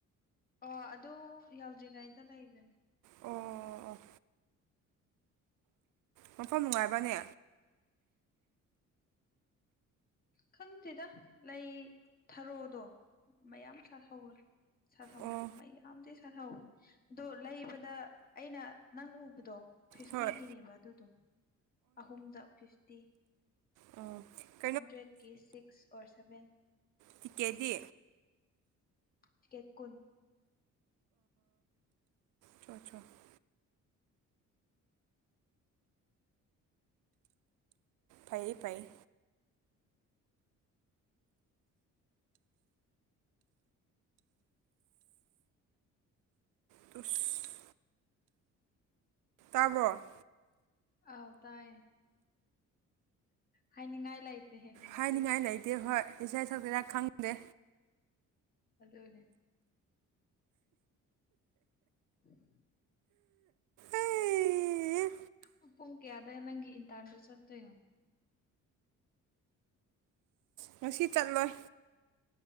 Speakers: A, on the left (about 30°); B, on the right (about 85°).
A: ꯑꯣ ꯑꯗꯨ ꯌꯥꯎꯗ꯭ꯔꯤꯉꯩꯗ ꯂꯩꯕꯅꯦ
B: ꯑꯣ ꯃꯐꯝ ꯅꯨꯡꯉꯥꯏꯕꯅꯦ
A: ꯈꯪꯗꯦꯗ ꯂꯩ ꯊꯔꯣꯗꯣ ꯃꯌꯥꯝ ꯁꯥꯠꯍꯧꯕꯅꯦ ꯁꯥꯠꯍꯥꯎ
B: ꯑꯣ
A: ꯃꯌꯥꯝꯗꯤ ꯁꯥꯠꯍꯥꯎꯋꯦ ꯑꯗꯣ ꯂꯩꯕꯗ ꯑꯩꯅ ꯅꯪ ꯎꯕꯗꯣ ꯐꯤꯐꯇꯤꯒꯤꯅꯦꯕ
B: ꯍꯣꯏ
A: ꯑꯗꯨꯗꯣ ꯑꯍꯨꯝꯗ ꯐꯤꯐꯇꯤ
B: ꯑꯥ
A: ꯍꯟꯗ꯭ꯔꯦꯠꯀꯤ ꯁꯤꯛꯁ ꯑꯣꯔ ꯁꯚꯦꯟ
B: ꯇꯤꯀꯦꯠꯗꯤ
A: ꯇꯤꯀꯦꯠ ꯀꯨꯟ
B: <unintelligible> ꯐꯩꯌꯦ ꯐꯩ ꯇꯨꯁ ꯇꯥꯕ꯭ꯔꯣ
A: ꯑꯥꯎ ꯇꯥꯏꯌꯦ ꯍꯥꯏꯅꯤꯡꯉꯥꯏ ꯂꯩꯇꯦꯍꯦ ꯉꯁꯤꯁꯦ
B: ꯍꯥꯏꯅꯤꯡꯉꯥꯏ ꯂꯩꯇꯦ ꯍꯣꯏ ꯏꯁꯩ ꯁꯛꯁꯤꯔ ꯈꯪꯗꯦ
A: ꯑꯗꯨꯅꯦ <unintelligible>
B: ꯑꯩ
A: ꯎꯝ ꯄꯨꯡ ꯀꯌꯥꯗ ꯅꯪꯒꯤ ꯏꯟꯇꯥꯔꯟꯗꯣ ꯆꯠꯇꯣꯏꯅꯣ
B: ꯉꯁꯤ ꯆꯠꯂꯣꯏ